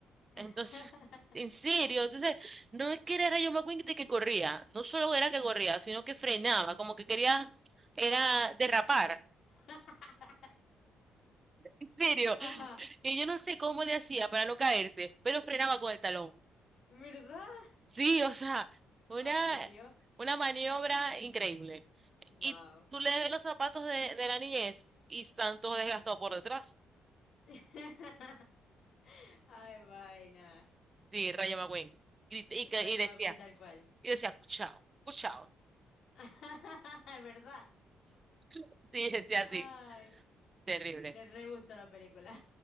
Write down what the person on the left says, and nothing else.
<laughs>
Ajá.
<laughs>
Ajá.
¿Verdad?
Aprendió.
Wow.
<laughs> Ay, vaina.
Rayo
McQueen tal cual.
<laughs> ¿Verdad?
Ay.
Le re gustó la película.